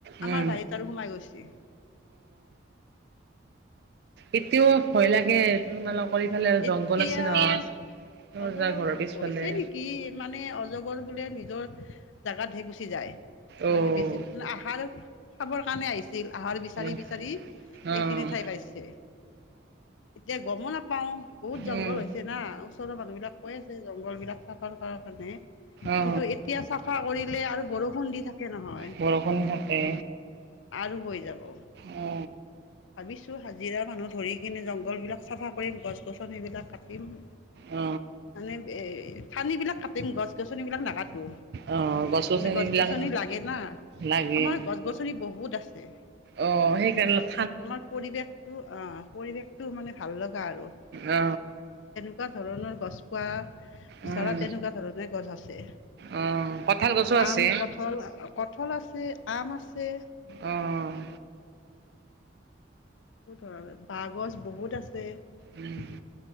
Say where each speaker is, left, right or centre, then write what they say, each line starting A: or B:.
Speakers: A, on the right; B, on the left.
A: উম
B: আমাৰ বাৰীত আৰু সোমাই গৈছিল।
A: এ তিও ভয়
B: সেইখিনি
A: লাগে তোমালোকৰ ইফালে আৰু জংঘল
B: এতিয়া
A: আছে নহয় তহ
B: অজগৰ
A: যা ঘৰৰ
B: ফুট
A: পিছফালে
B: গৈছে নেকি মানে অজগৰ বোলে নিজৰ জাগাত হে গুচি যায়।
A: অ'
B: মানে বেছি মানে আহাৰ খাবৰ কাৰণে আহিছে আহাৰ বিচাৰি
A: অ'
B: বিচাৰি
A: অ'
B: এইখিনি ঠাই পাইছে এতিয়া গমো নাপাওঁ বহুত জংঘল
A: উম
B: হৈছে না ওচৰৰ মানুহ বিলাক কৈ আছে। জংঘলবিলাক চাফাৰ কৰা কাৰণে।
A: অ
B: কিন্তু এতিয়া চাফা কৰিলে আৰু বৰষুণ দি থাকে নহয়
A: বৰষুণ থাকে।
B: আৰু হৈ যাব।
A: অ।
B: ভাবিছো হাজিৰা মানুহ ধৰি কিনে জংঘল বিলাক চাফা কৰিম গছ গছনি বিলাক কাটিম।
A: অ।
B: মানে ঠানি বিলাক কাটিম গছ গছনিবলাক নাকাতো।
A: অ' গছনিবিলাক
B: মানে গছ গছনি লাগে না
A: লাগে
B: আমাৰ গছ গছনি বহুত আছে। <unintelligible>
A: অ সেইকাৰণে অলপ
B: আমাৰ পৰিৱেশটো অ। পৰিৱেশটো মানে ভাল লগা আৰু।
A: অ।
B: জেনেকুৱা ধৰণৰ গছ পোৱা বিচৰা
A: উম
B: তেনেকুৱা ধৰণে গছ আছে।
A: অ' কঁঠাল গছো
B: আম
A: আছে
B: কঠল কঠল আছে। আছে আম আছে।
A: অ'
B: বহো ধৰণৰ বাঁহগছ বহুত আছে।
A: উম,